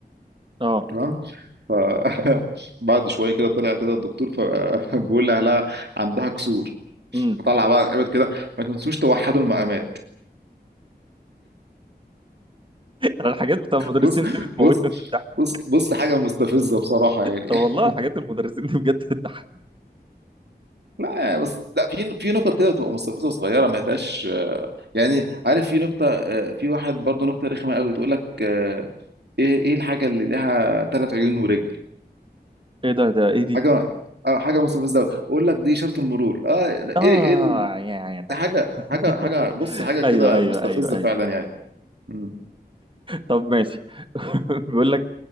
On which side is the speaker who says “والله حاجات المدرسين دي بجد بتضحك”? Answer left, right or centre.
Right